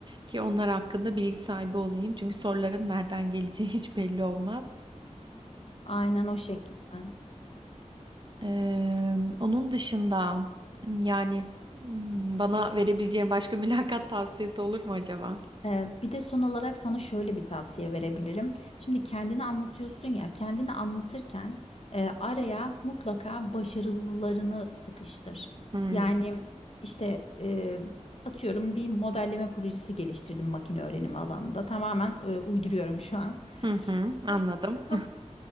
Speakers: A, on the right (about 40°); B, on the left (about 55°).
A: ki onlar hakkında bilgi sahibi olayım. Çünkü soruların nereden geleceği <laughs> hiç belli olmaz.
B: Aynen o şekilde.
A: Eee, onun dışında yani hmm, bana verebileceğin başka <laughs> mülakat tavsiyesi olur mu acaba?
B: Ee, bir de son olarak sana şöyle bir tavsiye verebilirim. Şimdi kendini anlatıyorsun ya, kendini anlatırken e, araya mutlaka başarılarını sıkıştır.
A: Hmm,
B: Yani işte e, atıyorum bir modelleme projesi geliştirdim makine öğrenimi alanında. Tamamen e, uyduruyorum şu an.
A: Hı hı, anladım.
B: Çok çok